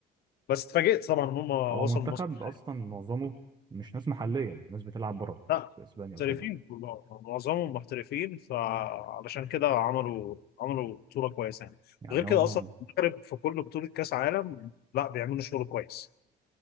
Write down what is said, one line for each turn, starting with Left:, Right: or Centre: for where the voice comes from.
Left: بس اتفاجئت طبعا ان هم وصلوا
Right: هو منتخب
Left: لنص النهائي
Right: اصلا معظمه مش ناس محلية ناس بتلعب بره
Left: لا
Right: في اسبانيا
Left: محترفين
Right: وكده
Left: كلهم معظمهم محترفين فعلشان كده عملوا عملوا بطوله كويسه يعني
Right: يعني
Left: غير كده
Right: هو ما
Left: اصلا المغرب في كل بطوله كاس عالم لا بيعملوا شغل كويس